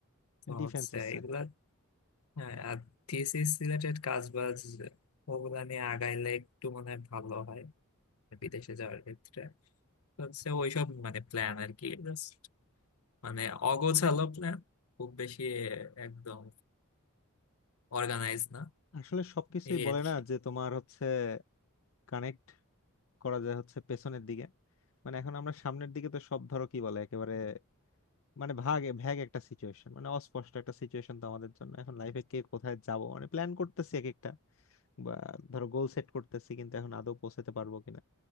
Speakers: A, on the left (about 80°); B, on the left (about 65°).
A: তো
B: ডিফেন্স
A: হচ্ছে
B: আছে
A: এগুলা হ্যাঁ আর থিসিস রিলেটেড কাজ বাজ ওগুলা নিয়ে আগাইলে একটু মনে হয় ভালো হয় বিদেশে যাওয়ার ক্ষেত্রে তো হচ্ছে ওইসব মানে প্ল্যান আর কি জাস্ট মানে অগোছালো প্ল্যান খুব বেশি একদম অর্গানাইজ না
B: আসলে সবকিছুই
A: এই
B: বলে
A: আর কি
B: না যে তোমার হচ্ছে কানেক্ট করা যায় হচ্ছে পেছনের দিকে মানে এখন আমরা সামনের দিকে তো সব ধরো কি বলে একেবারে মানে ভাগ ভ্যাগ একটা সিচুয়েশন মানে অস্পষ্ট একটা সিচুয়েশন তো আমাদের জন্য এখন লাইফে কে কোথায় যাব মানে প্ল্যান করতেছি এক একটা বা ধরো গোল সেট করতেছি কিন্তু এখন আদৌ পৌঁছাতে পারবো কিনা